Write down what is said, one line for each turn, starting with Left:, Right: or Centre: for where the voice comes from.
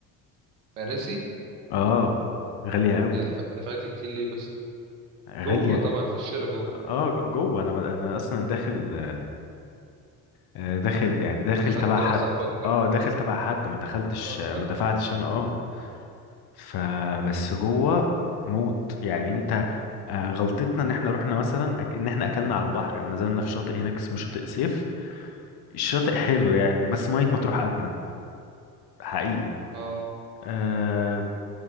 Right: مراسي
Left: اه غالية قوي
Right: دي دفع- دفعت كتير ليه بس
Left: غالية
Right: جوه طبعا في الشارع جوه
Left: اه ج- جوه انا انا اصلا داخل آه، داخل يعني داخل
Right: حد
Left: تبع حد
Right: بقى صاحبك
Left: اه داخل تبع حد ما دخلتش
Right: اه
Left: ما
Right: صح
Left: دفعتش انا اه فبس جوه موت يعني انت آه، غلطتنا ان احنا رحنا مثلا أك- ان احنا اكلنا على البحر يعني نزلنا في شاطئ هناك اسمه شاطئ سيف الشاطئ حلو يعني بس مية مطروح اجمد حقيقي
Right: اه
Left: آه